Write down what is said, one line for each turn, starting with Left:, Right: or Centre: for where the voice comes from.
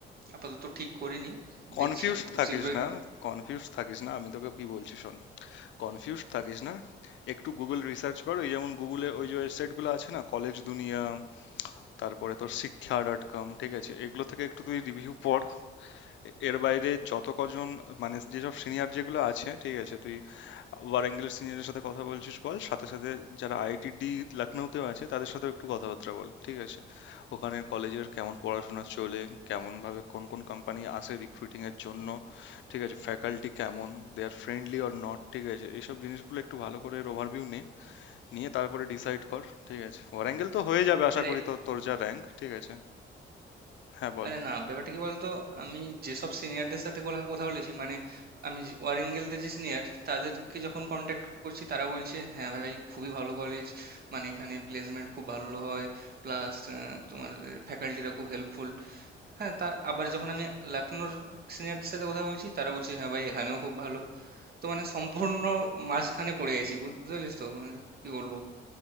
Right: আপাতত ঠিক করিনি
Left: কনফিউজড
Right: দেখছি আমি খুব
Left: থাকিস
Right: শীঘ্রই
Left: না কনফিউজড থাকিস না আমি তোকে কি বলছি শোন কনফিউজড থাকিস না একটু গুগল রিসার্চ করো এই যেমন গুগলে ওই যে ওয়েবসাইটগুলো আছে না কলেজ দুনিয়া তারপরে তোর শিক্ষা ডট কম ঠিক আছে এগুলো থেকে একটু তুই রিভিউ পড় এ- এর বাইরে যত কজন মানে যেসব সিনিয়র যেগুলো আছে ঠিক আছে তুই ওয়ারাঙ্গলের সিনিয়রের সাথে কথা বলছিস বল সাথে সাথে যারা আইআইটিডি লখনৌতেও আছে তাদের সাথে একটু কথাবার্তা বল ঠিক আছে ওখানে কলেজের কেমন পড়াশোনা চলে কেমন ভাবে কোন কোন কোম্পানি আসে রিক্রুটিং এর জন্য ঠিক আছে ফ্যাকাল্টি কেমন they are friendly or not ঠিক আছে এইসব জিনিসগুলো একটু ভালো করে ওভারভিউ নে নিয়ে তারপরে ডিসাইড কর ঠিক আছে ওয়ারাঙ্গেল তো হয়ে যাবে আশা
Right: আরে
Left: করি তো তোর যা র্যাঙ্ক ঠিক আছে হ্যাঁ বল
Right: আরে না ব্যাপারটা কি বলতো আমি যেসব সিনিয়রদের সাথে কোলা- কথা বলেছি মানে আমি যে- ওয়ারেঙ্গেলদের যে সিনিয়র তাদেরকে যখন কন্ট্যাক্ট করছি তারা বলছে হ্যাঁ ভাই খুবই ভালো কলেজ মানে এখানে প্লেসমেন্ট খুব ভালো হয় প্লাস তোমার ফ্যাকাল্টিরা খুব হেল্পফুল হ্যাঁ তা আবার যখন আমি লখনৌর সিনিয়রদের সাথে কথা বলছি তারা বলছে হ্যাঁ ভাই এখানেও খুব ভালো তো মানে সম্পূর্ণ মাঝখানে পড়ে গেছি বুঝতে পারলিস তো মানে কি বলবো